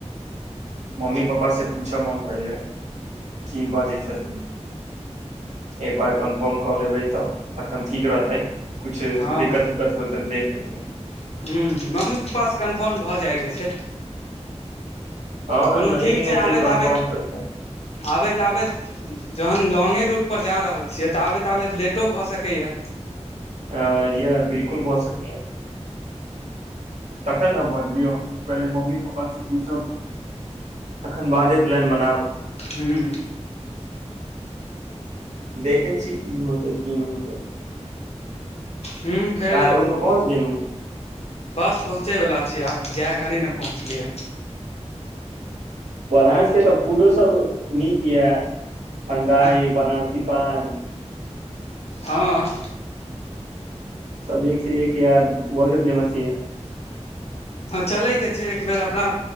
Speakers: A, on the right; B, on the left.
A: मम्मी पापा से पूछ हम पढ़ले की बाजै छ तू एक बार कन्फर्म कऽ लेबै तऽ तखन ठीक रहतै कुछ
B: हँ
A: दिक्कत उक्कत होय तऽ देख लेथुन
B: हूँ मम्मी पापा से कन्फर्म भऽ जाय जे छै
A: हँ
B: कुनु
A: नहि
B: ठीक
A: होतै
B: छै आबैत
A: कन्फर्म
B: आबैत
A: तऽ
B: आबैत आबैत जखन लॉगे रूट पर जा रहल छियै तऽ आबैत आबैत लेटो भऽ सकैए
A: अ य बिलकुल भहु सकी है तखन अ भजियौ पहिे मम्मी पापा से पूछब तखन बादे प्लान बनाब
B: ह्म
A: देखै छी की होतै की नहि होतै
B: ह फेर
A: अहाँ रूम पर पहुँच गेलू
B: बस पहुँचै वला छी आब जाय घड़ी ने पहुँचलियै
A: ब्रसके तऽ फूडोसभ नीक यए ठण्डा अइ
B: आँह
A: बनारस तिपान
B: हँ
A: सबब एक से एक यै वर्ल्ड फेमस ही यै
B: हँ चलयके छै एक बेर अपना